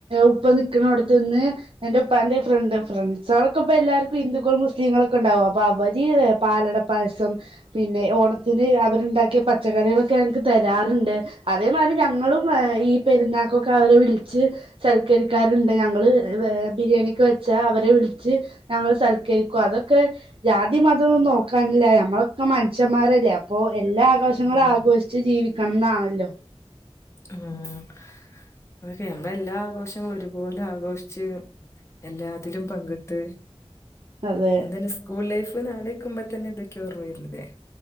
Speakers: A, on the right; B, on the left.
A: ഉപ്പ നിൽക്കണ അടുത്ത്ന്ന് എൻറെ ഉപ്പാന്റെ ഫ്രണ്ട് ഫ്രണ്ട്സുകളൊക്കെ ഇപ്പോ എല്ലാവർക്കും ഹിന്ദുക്കളും മുസ്ലീങ്ങളൊക്കെ ഉണ്ടാവും അപ്പൊ അവര് പാലട പായസം പിന്നെ ഓണത്തിന് അവരുണ്ടാക്കിയ പച്ചക്കറികളൊക്കെ ഞങ്ങക്ക് തരാറുണ്ട് അതേമാതിരി ഞങ്ങളും ഈ പെരുന്നാക്കൊക്കെ അവരെ വിളിച്ച് സൽക്കരിക്കാറുണ്ട് ഞങ്ങള് ഏ ബിരിയാണിക്ക് വെച്ചാ അവരെ വിളിച്ച് ഞങ്ങൾ സൽക്കരിക്കും അതൊക്കെ ജാതി മതൊന്നും നോക്കാനില്ല ഞമ്മള് <unintelligible> മനുഷ്യന്മാരല്ലേ അപ്പൊ എല്ലാ ആഘോഷങ്ങളും
B: ഉം
A: ആഘോഷിച്ച് ജീവിക്ക ക്കം ന്നാണല്ലോ
B: ഉം അതൊക്കെ നമ്മ എല്ലാ ആഘോഷങ്ങളും ഒരുപോലെ ആഘോഷിച്ച് എല്ലാത്തിലും പങ്കിട്ട്
A: അതെ
B: എന്താല്ലേ സ്കൂൾ ലൈഫ് ന്ന് അലോയ്ക്കുമ്പ അപ്പൊ തന്നെ എന്തൊക്കെയോ ഓർമ വരുന്നു ഇല്ലേ